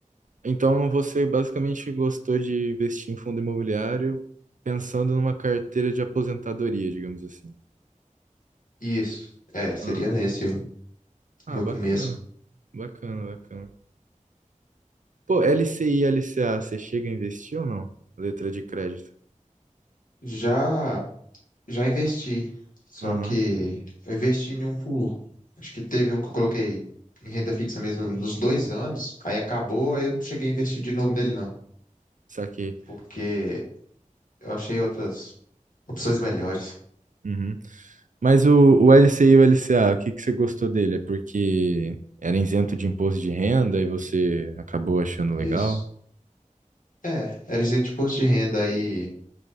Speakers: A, on the right; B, on the left.
A: Então você basicamente gostou de investir em fundo imobiliário pensando numa carteira de aposentadoria, digamos assim.
B: Isso. É, seria
A: Ah,
B: nesse o
A: ah,
B: meu
A: bacana,
B: começo.
A: bacana, bacana. Pô, LCI e LCA, você chega a investir ou não? Letra de crédito.
B: Já, já investi. Só
A: Aham.
B: que eu investi em um por. Acho que teve um que eu coloquei em renda fixa mesmo nos dois anos. Aí acabou, aí eu não cheguei a investir de novo nele, não.
A: Saquei.
B: Porque eu achei outras Opções melhores.
A: Uhum. Mas o, o LCI e o LCA, o que que você gostou dele? É porque era isento de imposto de renda e você acabou achando
B: Isso.
A: legal?
B: É, era isento de imposto de renda aí.